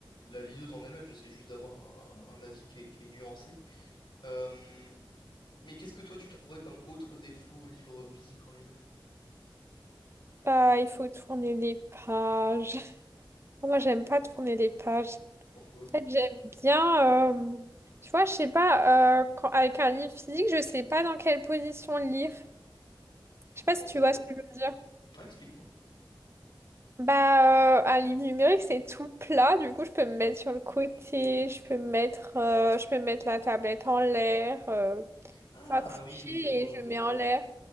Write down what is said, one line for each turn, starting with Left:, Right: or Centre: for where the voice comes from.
Left: la liseuse en elle-même, j'essaie juste d'avoir un, un avis qui est, qui est nuancé. Euh, mais qu'est-ce que toi tu trouverais comme autre défaut au livre physique en lui-même?
Right: Bah, il faut tourner les pages. <laughs> Moi, j'aime pas tourner les pages.
Left: Pourquoi?
Right: En fait, j'aime bien, euh, tu vois, je sais pas, euh, quand- avec un livre physique, je sais pas dans quelle position le lire. Je sais pas
Left: Comment
Right: si
Left: ça?
Right: tu vois ce que je veux dire.
Left: Ah, explique-moi.
Right: Bah, euh, un livre numérique, c'est tout plat, du coup, je peux me mettre sur le côté, je peux me mettre, euh, je peux mettre la tablette en l'air, euh,
Left: Ah
Right: enfin, coucher
Left: oui, oui, je vois.
Right: et je mets en l'air.